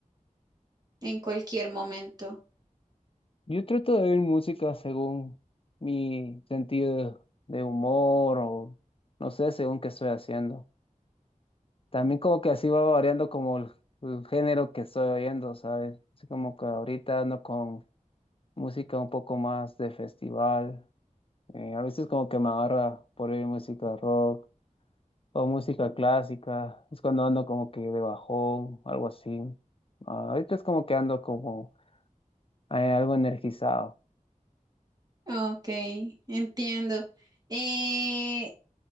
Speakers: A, on the right (about 30°); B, on the left (about 40°).
A: en cualquier momento.
B: Yo trato de oír música según mi sentido de humor o no sé, según qué estoy haciendo. También como que así va variando como el, el género que estoy oyendo, ¿sabes? Así como que ahorita ando con música un poco más de festival. eh, a veces como que me agarra por oír música rock. O música clásica, es cuando ando como que de bajón, algo así. Ah, ahorita es como que ando como eh, algo energizado.
A: Ok, entiendo. Eh,